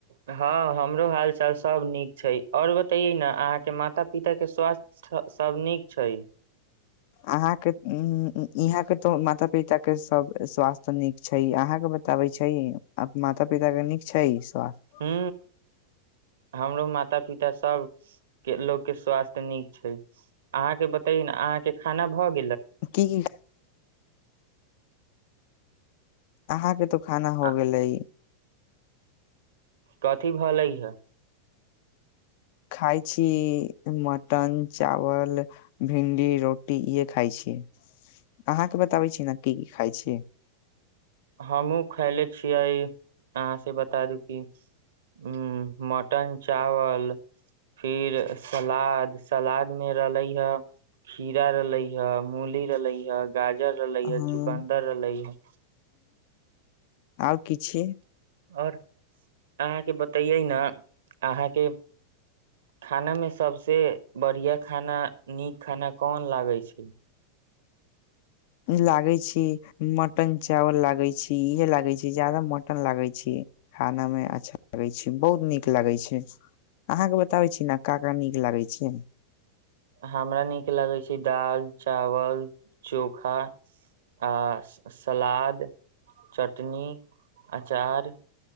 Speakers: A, on the right; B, on the left.
A: हँ हमरो हाल चाल सभ नीक छै। आओर बतैयै ने अहाँके माता पिता के स्वास्थ्य सभ नीक छै।
B: अहाँके यहाँ के तो माता पिता के सब स्वास्थ्य नीक छै, अहाँके बताबे छै, माता पिता के नीक छै। स्वास्थ्य
A: हू हमरो माता पिता सब के लोकग के स्वास्थ्य नीक छै, अहाँ के बताे ने अहाँके खाना भऽ गेल
B: की की अहाँके तऽ खाना हो
A: आ-
B: गेलै
A: कथी भालइ है
B: खााय छी मटन चावल भिंडी रोटी इहे खााय छी अहाँके बता बताबै छी ने की की खाइ छी
A: हमहहुँ खयले छियै अहाँ से बता दू कि उ मटन चावल फिर सलाद सलाद मे रहले हे खीरा रहले हे मूली रहलै हे गाजर रहलै
B: हम
A: ह चुकन्दर रहले ह
B: आर किछ
A: आओर अहाँके बतैयै ने अहाँके खानामे सभसे बढ़िआँ खाना नीक खाना कोन लागै छै
B: लागै छी मटन चावल लागे छी इहे लागे छी जादा मटन लागे छी खाना मे अच्छा लागै छी बहुत नीक लागै छै अहाँके बताबै छी ने का का नीक लागै छै
A: हमरा नीक लगै छै दाल चावल चोखा आ सलाद चटनी अचार